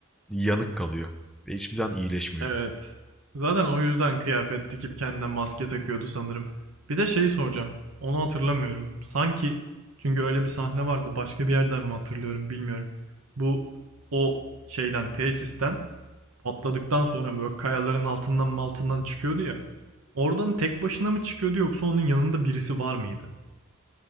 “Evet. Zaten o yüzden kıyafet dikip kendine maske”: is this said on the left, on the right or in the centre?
Right